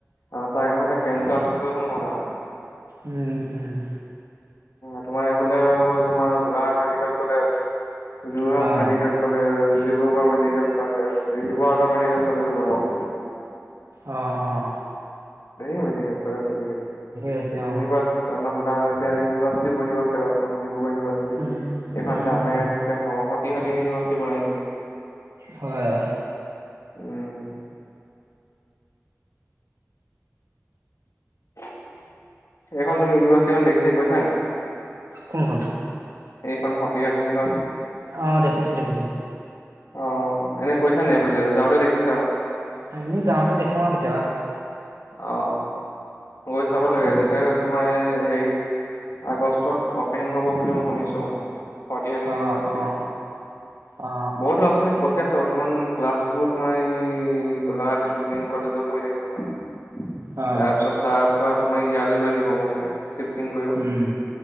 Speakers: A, on the left; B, on the right.
A: অ তা একেদখতে কেঞ্চাৰ হস্পিতলখনো বনাই আছ
B: উম উম।
A: তোমাৰ এইফালে হৈ গ'ল তোমাৰ গোলাঘাট মেডিকেল কলেজ। যোৰহাট
B: অঁ
A: medical college Dibrugarh medical college, Sivasagar medical কলেজো বনাব চাগে।
B: অ অ।
A: ধেই মেডিকেল কলেজ আজিকালি
B: হৈছে অঁ
A: ইউনিভাৰ্ছ আমাক উ বা এতিয়া ইউনিভাৰ্চিটিও বনি গ'ল কেইবাখন ডিব্ৰুগড় ইউনিভাৰ্চিটি,
B: উম
A: এইখন
B: উম
A: আমাৰ
B: উম
A: এতিয়া হ সত তিহাদিন ইউনিভাৰ্চিটি বনাই দিলে।
B: হয়।
A: উম, এইখন তুমি ইউনিভাৰ্চিটিখন দেখিছে গৈছা নাই?
B: কোনখন?
A: এইখন সতিয়া তিনিখন
B: আ দেখিছো দেখিছো।
A: অ এনে কৈছা নে এইফালে যাওঁতে দেখিছা অ।
B: এনেই যাওঁতে দেখো অ কেতিয়াবা।
A: অ গৈ চাব লাগে
B: উম
A: যেতিয়া তোমাৰ এ সেই আগষ্টত অপেনিং হ'ব বুলি মই শুনিছো মানে। সতিহাধিনী
B: অ
A: ইউনিভাৰ্চিটিখন,
B: অ অ
A: বহুত ল'ৰা-ছোৱালী পঢ় ঠিক আছে বৰ্তমান ক্লাছবোৰ তোমাৰ এই গোলাঘাট ইঞ্জিনিয়াৰিং কলেজত হৈ থাকে।
B: অ
A: তাৰপিছত তাৰ পৰা তোমাৰ ইয়ালৈ লৈ আহিব মানে <inaudible> পিং
B: উম